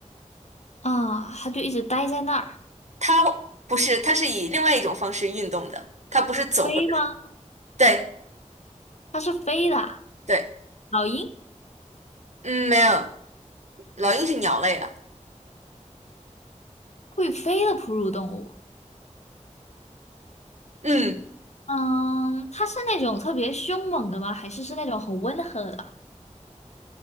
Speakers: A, on the left; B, on the right.
A: 啊，它就一直待在那儿。
B: 他不是，他是以另外一种方式运动的，他不是走或者
A: 飞吗？
B: 对
A: 它是飞的啊
B: 对，
A: 老鹰
B: 嗯，没有，老鹰是鸟类了，
A: 会飞的哺乳动物。
B: 嗯，
A: 嗯，它是那种特别凶猛的吗？还是是那种很温和的？